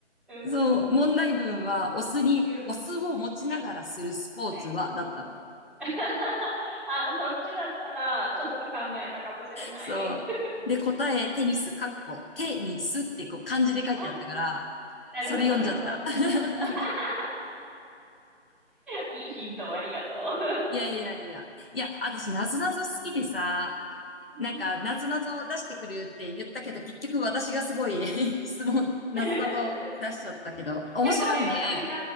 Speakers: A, in the centre; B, on the left (about 50°).
A: うん、
B: そう、問題文はお酢に、
A: うん。
B: お酢を持ちながらするスポーツはだったの。
A: はい。<laughs> あ、そっちだったら、ちょっと考えたかもしれない。
B: そう。
A: <laughs>
B: で、答え、テニス、かっこ、テニスってこう漢字で書いてあったから、
A: あ、なるほど、
B: それ読んじゃった。
A: なるほど。
B: <laughs>
A: <laughs> いいヒントをありがとう。
B: いやいやいや。いや、私、なぞなぞ好きでさ、なんか、
A: うん
B: なぞなぞ出してくるって言ったけど、結局私がすごい <laughs> 質問、なぞなぞ出しちゃったけど、
A: <laughs>。い
B: 面白いね。
A: や、ごめん、私が、